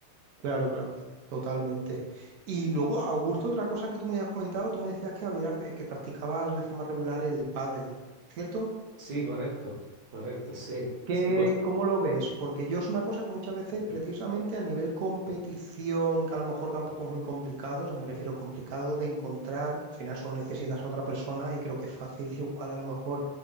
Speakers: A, on the right; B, on the right.
A: Claro, claro, totalmente. Y luego, Augusto, otra cosa que tú me habías comentado, tú me decías que habías, que practicabas de forma regular el pádel, ¿cierto?
B: Sí, correcto, correcto, sí,
A: ¿Qué,
B: sí, bueno,
A: cómo lo ves? Porque yo es una cosa que muchas veces, precisamente a nivel competición, que a lo mejor tampoco es muy complicado, o sea, me refiero complicado de encontrar, al final solo necesitas a otra persona y creo que es fácil <laughs> igual a lo mejor